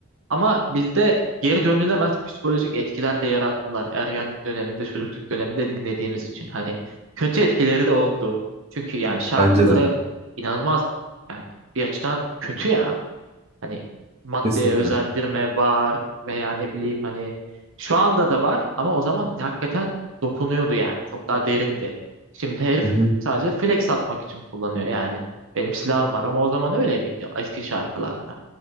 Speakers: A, on the right; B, on the right.
A: Ama bizde geri dönülemez psikolojik etkiler de yarattılar. Ergenlik döneminde, çocukluk döneminde dinlediğimiz için. Hani kötü etkileri de oldu. Çünkü yani şarkıları
B: bence de.
A: inanılmaz yani bir açıdan kötü ya. Hani maddeye
B: Kesinlikle.
A: özendirme var veya ne bileyim hani şu anda da var ama o zaman hakikaten dokunuyordu yani. Çok daha derindi. Şimdi herif
B: Hı hı.
A: sadece flex atmak için kullanıyor yani. Benim silahım var ama o zaman öyle miydi eski şarkılarda?